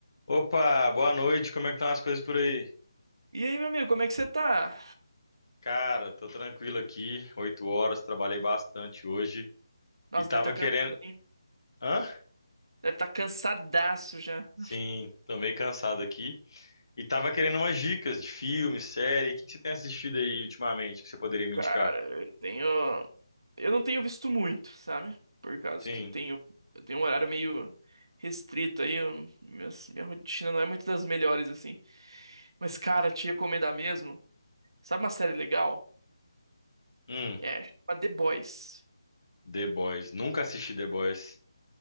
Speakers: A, on the left; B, on the right.
A: Opa, boa noite. Como é que estão as coisas por aí?
B: E aí, meu amigo, como é que você tá?
A: Cara, tô tranquilo aqui. Oito horas, trabalhei bastante hoje
B: Nossa,
A: e tava
B: deve estar cansado,
A: querendo.
B: hein?
A: Hã?
B: Deve estar cansadaço já. <laughs>
A: Sim, tô meio cansado aqui. E tava querendo umas dicas de filme, série. O que que você tem assistido aí ultimamente que você poderia me
B: Cara,
A: indicar?
B: eu tenho. Eu não tenho visto muito, sabe? Por causa
A: Sim.
B: que eu tenho. Eu tenho um horário meio restrito aí. eu- minhas- Minha, rotina não é muito das melhores, assim. Mas, cara, te recomendar mesmo. Sabe uma série legal?
A: Hum,
B: É, chama The Boys.
A: The Boys. Nunca assisti The Boys.